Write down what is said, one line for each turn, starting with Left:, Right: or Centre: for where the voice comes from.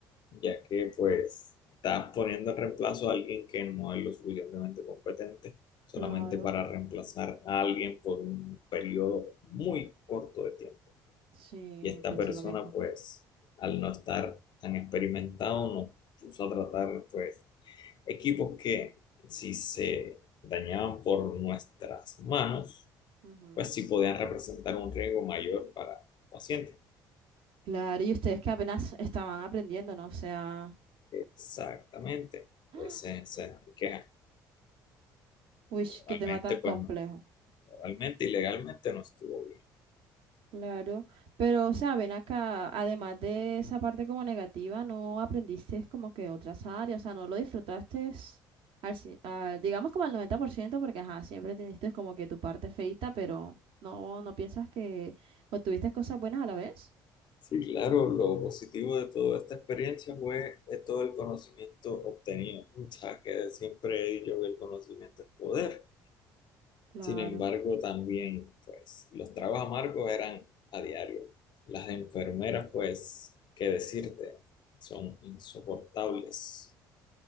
Left: ya que pues estás poniendo en reemplazo a alguien que no es lo suficientemente competente, solamente
Right: Claro,
Left: para reemplazar a alguien por un periodo muy corto de tiempo.
Right: sí,
Left: y esta
Right: pienso
Left: persona
Right: lo mismo.
Left: pues al no estar tan experimentado nos puso a tratar pues equipos que si se dañaban por nuestras manos
Right: ujú.
Left: pues sí podían representar un riesgo mayor para el paciente.
Right: Claro, y ustedes que apenas estaban aprendiendo, ¿no? O sea,
Left: Exactamente,
Right: <gasps>
Left: ese es el queja.
Right: uy,
Left: Moralmente
Right: qué tema tan
Left: pues
Right: complejo.
Left: no, moralmente y legalmente no estuvo bien.
Right: Claro, pero, o sea, ven acá, además de esa parte como negativa, no aprendiste como que otras áreas, o sea, no lo disfrutaste al, ci- al- digamos como al 90%? porque, ajá, siempre teniste como que tu parte feita, pero no, no piensas que obtuviste cosas buenas a la vez.
Left: Sí, claro, lo positivo de toda esta experiencia fue eh, todo el conocimiento obtenido. O sea, que siempre he dicho que el conocimiento es poder.
Right: Claro.
Left: Sin embargo, también, pues, los tragos amargos eran a diario. Las enfermeras, pues, qué decirte, son insoportables.